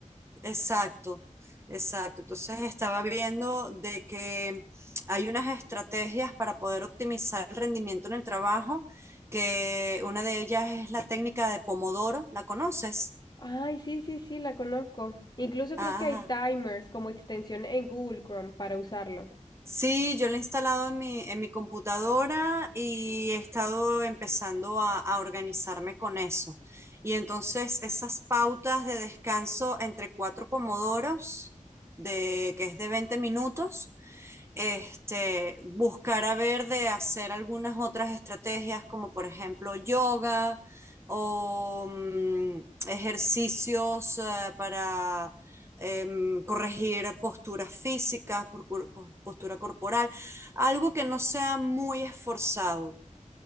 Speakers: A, on the right; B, on the left.
A: Exacto, exacto. Entonces estaba viendo de que hay unas estrategias para poder optimizar el rendimiento en el trabajo, que una de ellas es la técnica de Pomodoro, ¿la conoces?
B: Ay, sí, sí, sí, la conozco. Incluso
A: Ajá.
B: creo que hay timers como extensión en Google Chrome para usarlo.
A: Sí, yo lo he instalado en mi, en mi computadora y he estado empezando a, a organizarme con eso. Y entonces esas pautas de descanso entre cuatro pomodoros, de, que es de 20 minutos, este, buscar a ver de hacer algunas otras estrategias como por ejemplo yoga o mm, ejercicios eh, para em, corregir posturas físicas, procur- pos- postura corporal, algo que no sea muy esforzado.